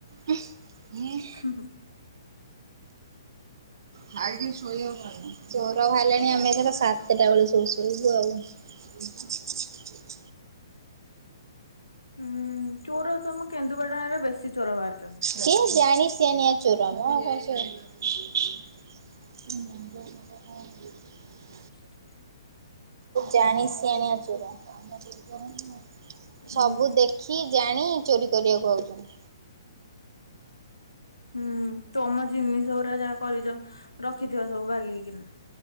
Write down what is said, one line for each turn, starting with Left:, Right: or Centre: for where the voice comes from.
Right: ହୁଁ। <inaudible>
Left: ହୁଁ ହୁଁ।
Right: ଖାଇକି ଶୋଇ ହବନି। ଚୋର ବାହାରିଲାଣି ଆମେ ଏଥର ସାତଟା ବେଳେ ସବୁ ଶୋଇବୁ ଆଉ। <inaudible>
Left: ଉୁଁ ଚୋର ତମ କେନ୍ଦୁପାଟଣରେ ବେଶୀ ଚୋର ବାହାରୁଛନ୍ତି।
Right: ସିଏ ଜାଣି ସିଆଣିଆନି ଚୋର ମ। <unintelligible>
Left: <inaudible>
Right: <inaudible> ଜାଣିଶିଆଣିଆ ଚୋର।
Left: ହୁଁ
Right: ସବୁ ଦେଖି ଜାଣି ଚୋରି କରିବାକୁ ଆାଉଚନ୍ତି।
Left: ହୁଁ ତମ ଜିନିଷ ଗୁଡା ଯାହା କରିଛ ରଖିଥିବ ସବୁ ବାଗେଇକିନା।